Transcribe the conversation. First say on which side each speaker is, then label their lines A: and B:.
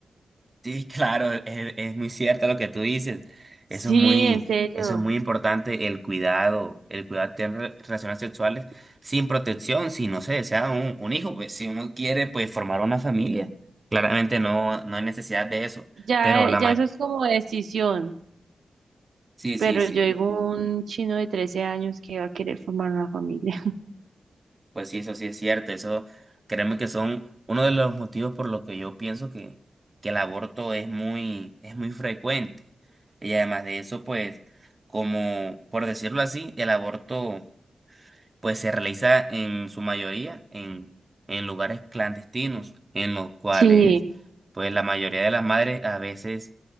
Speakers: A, on the right; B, on the right.
A: Sí, claro, es, es muy cierto lo que tú dices. Eso
B: Sí,
A: es muy,
B: en serio.
A: eso es muy importante, el cuidado, el cuidado de tener re- relaciones sexuales sin protección, si no se desea un, un hijo, pues si uno quiere pues formar una familia, claramente no, no hay necesidad de eso.
B: Ya,
A: Pero la
B: ya
A: ma-
B: eso es como decisión.
A: sí,
B: Pero
A: sí, sí.
B: yo digo un chino de 13 años que va a querer formar una familia. <laughs>
A: Pues sí, eso sí es cierto. Eso, créeme que son uno de los motivos por los que yo pienso que, que el aborto es muy, es muy frecuente. Y además de eso, pues, como por decirlo así, el aborto pues se realiza en su mayoría en, en lugares clandestinos, en los cuales
B: Sí,
A: pues la mayoría de las madres a veces